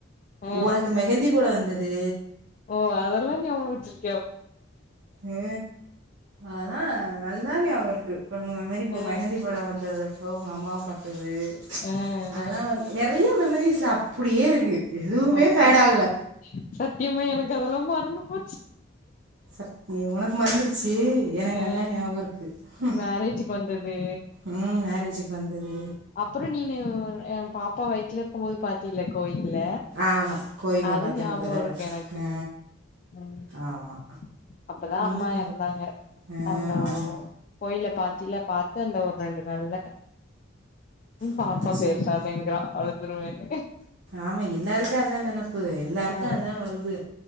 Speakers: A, on the left (about 40°); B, on the right (about 65°).
A: ஆ ஆ
B: உனக்கு மெகந்தி போட வந்தது
A: ஓ அதெல்லா ஞாபோ வெச்சிருக்
B: அ அதுலா நல்லா ஞாபகோ இருக்கு பழைய மெமரி அப்ப
A: ஆ
B: மெஹந்தி போட வந்தது அப்போ உங்க அம்மாவ பாத்தது
A: ஆ ஆ
B: அதெல்லா வந்து நெறையா மெமரிஸ்ல அப்டியே இருக்கு எதுவுமே
A: அப்டி
B: ஃபேடாகல
A: சத்தியமா எனக்கு அதெல்லா மறந்து போச்சு
B: சத்தியமா உனக்கு மறந்துரு ச்சி எனக்கு
A: ஆ
B: நல்லா ஞாபகோ இருக்கு ம்
A: மேரேஜுக்கு வந்தது
B: ம் மேரேஜுக்கு வந்தது
A: அப்றோ நீனு எ பாப்பா வய்த்துல இருக்கும்போது பாத்தில கோயில்ல
B: ஆமா கோயில்ல
A: அது
B: பாத்தே
A: ஞாபகோ
B: ஒரு தடவ
A: இருக்கு எனக்கு
B: ஆ
A: ம்
B: ஆமா
A: அப்பதா அம்மா
B: இந்து ம
A: எறந்தாங்க
B: ஆ
A: அந்த
B: ஆமா
A: கோயில்ல பாத்தில்ல பாத்து அந்த ஒ ரெண்டு நாள்ல
B: என்னத்த
A: பாப்பா
B: சொல்ல
A: பேசாதேங்கிறா அழுதுருவேனு
B: ஆமா எல்லாருக்கு அதா நெனப்பு எல்லாருக்கு
A: ஆ
B: அதா வருது